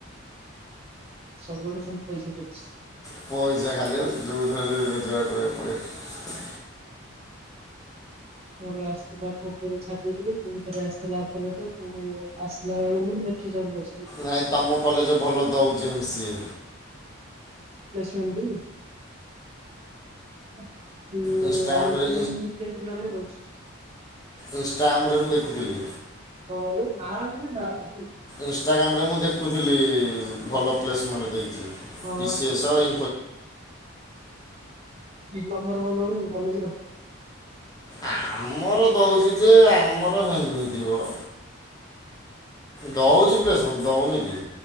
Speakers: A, on the right (about 30°); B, on the left (about 20°).
A: ସବୁ ଆଡୁ ଫୁଣି ପଇଷା ଟେନସନ୍।
B: ପଇଷା ଖାଲି ଯୋଉଠୁ ହେଲେ ରୋଜାଗାର କରିବା କୁ ପଡେ।
A: ଘର ଆସିଥିଲା <unintelligible> ଛାଡି ଦେଇଥିଲି ଫୁଣି ଥରେ ଆସିିଲଥି ଅଫର ଲେଟର ଫୁଣି ଇଏ ଆସିଲା ବେଳକୁ <inaudible> ଏଠି ଜ‌ଏନ୍ କ
B: ନାଇଁ ତମ କଲେଜ ଭଲ ଦୋଉଚି ଏମ୍ ସିଏ।
A: ପ୍ଲେସମେଣ୍ଟ ଟି? <unintelligible> ହୁଁ
B: ଇନଷ୍ଟାଗ୍ରାମରେ
A: ଆଇ ଟି ଏମ୍ ବିଟେକ୍ ପିଲାଙ୍କୁ ଦୋଉଚି।
B: ଇଂଷ୍ଟାଗାମରେ ମୁଁ ଦେଖୁଥିଲି।
A: କଣ କହିଲେ? ପ୍ଲାଣ୍ଟରେ ନାହିଁ।
B: ଇଂଷ୍ଟାଗାମରେ ମୁଁ ଦେଖୁଥିଲି ଭଲ ପ୍ଲେସମେଣ୍ଟ ଦେଇଚି
A: ବା।
B: ଟିସି ଏସ ଏଇ
A: ତମର କଣ ଦୋଉନି କି କଲେଜର?
B: ଆମର ଦୋଉଚି ଯେ ଆମର ହେମିତି ବ ଦୋଉଚି ପ୍ଲେସମେଣ୍ଟ ଦଉନି କି